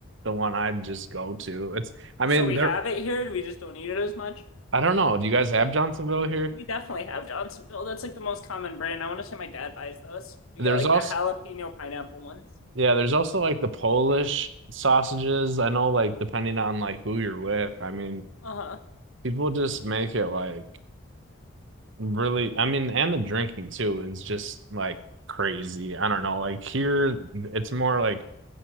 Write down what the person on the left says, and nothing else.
So we
have it here, we just don't eat it as much.
We definitely have Johnsonville. That's like the most common brand. I want to say my dad buys those. We
get like
the jalapeno pineapple ones.
Uh-huh.